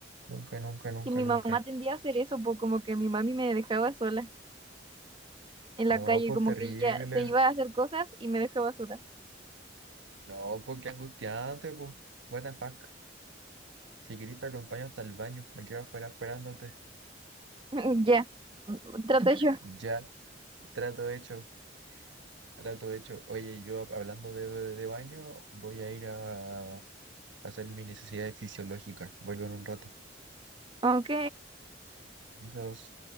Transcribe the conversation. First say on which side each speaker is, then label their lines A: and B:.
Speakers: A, on the right; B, on the right.
A: Nunca, nunca, nunca,
B: Que mi
A: nunca.
B: mamá tendía a hacer eso, pues como que mi mami me dejaba sola en
A: No,
B: la calle,
A: pues
B: como
A: terrible.
B: que ella se iba a hacer cosas y me dejaba sola.
A: No, pues qué angustiante, pues. What the fuck. Si querés te acompaño hasta el baño. Me quedo afuera esperándote.
B: <laughs> Ya, mm, traté yo.
A: Ya, trato hecho, trato hecho. Oye, yo hablando de, de baño, voy a ir a, a hacer mis necesidades fisiológicas. Vuelvo en un rato.
B: Ok,
A: Besos.